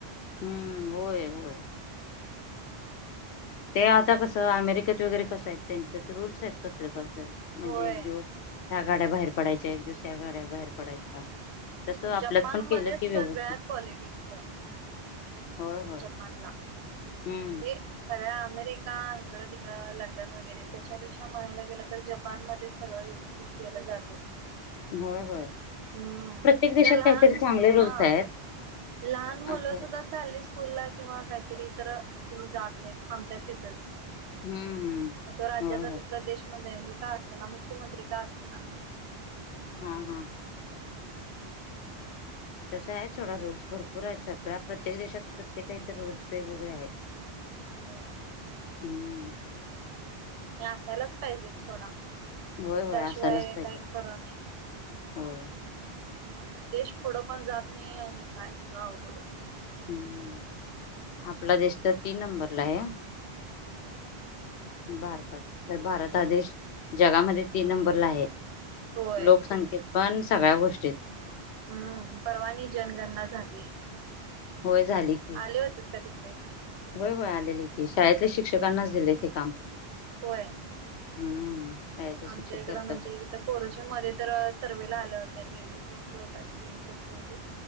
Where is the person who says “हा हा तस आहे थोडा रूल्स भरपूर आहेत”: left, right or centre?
Left